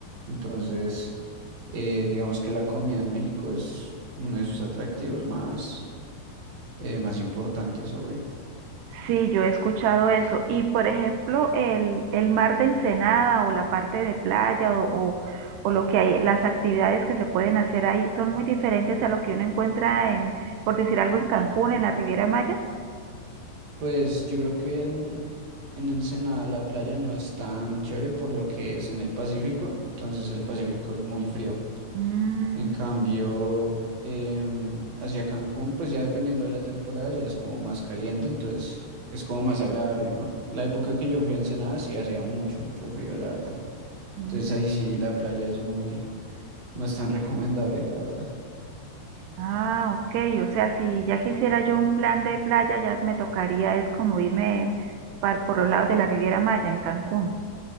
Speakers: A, on the right (about 45°); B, on the right (about 80°).
A: Entonces, eh, digamos que la comida en México es uno de sus atractivos más, eh, más importantes, obvio.
B: Sí, yo he escuchado eso. Y por ejemplo, el, el mar de Ensenada o la parte de playa o, o, o lo que hay, las actividades que se pueden hacer ahí son muy diferentes a lo que uno encuentra en, por decir algo, en Cancún, en la Riviera Maya.
A: Pues yo creo que en, en Ensenada la playa no es tan chévere por lo que es en el Pacífico, entonces el Pacífico es muy frío.
B: Mm,
A: En cambio, em, hacia Cancún, pues ya dependiendo de la temporada, ya es como más caliente, entonces es como más agradable, ¿no? La época que yo fui a Ensenada sí hacía mucho, mucho frío, la verdad.
B: mm.
A: Entonces ahí sí la playa es muy, no es tan <laughs> recomendable, la verdad.
B: Ah, ok. O sea, si ya quisiera yo un plan de playa, ya me tocaría es como irme par- por los lados de la Riviera Maya, en Cancún.